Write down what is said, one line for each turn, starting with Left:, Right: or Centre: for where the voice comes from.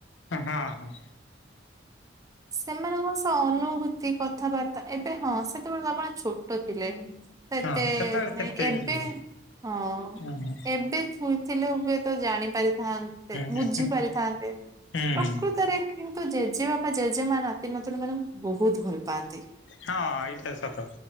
Left: ହଁ ହଁ।
Right: ସେମାନଙ୍କ ଅନୁଭୂତି କଥାବାର୍ତ୍ତା ଏବେ ହଁ ସେତେବେଳେ ତ ଆପଣ ଛୋଟ ଥିଲେ। ସେତେ
Left: ହଁ ସେତେବେଳେ ଏତେ ଫିଲ୍
Right: ଏବେ
Left: ହୁଁ
Right: ହଁ
Left: ହୁଁ ହୁଁ
Right: ଏବେ ଫୁଲ୍ ଥିଲେ ହୁଏ ତ ଜାଣି ପାରିଥାନ୍ତେ
Left: ହୁଁ
Right: ବୁଝି ପାରିଥାନ୍ତେ
Left: ହୁଁ
Right: ପ୍ରକୃତରେ
Left: ହୁଁ
Right: କିନ୍ତୁ ଜେଜେବାପା ଜେଜେମା ନାତି ନାତିୁଣୀ ମାନଙ୍କୁ ବହୁତ ଭଲ ପାଆନ୍ତି।
Left: ହଁ ଏଇଟା ସତ